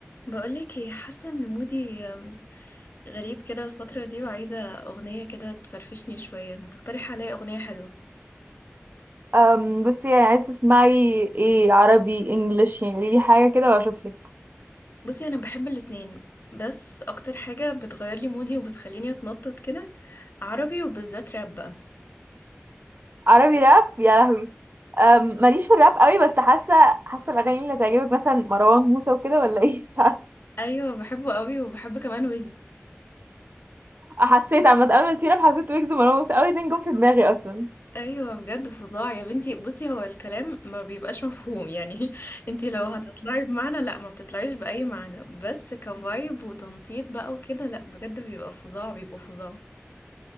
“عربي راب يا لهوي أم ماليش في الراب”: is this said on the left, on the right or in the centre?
Right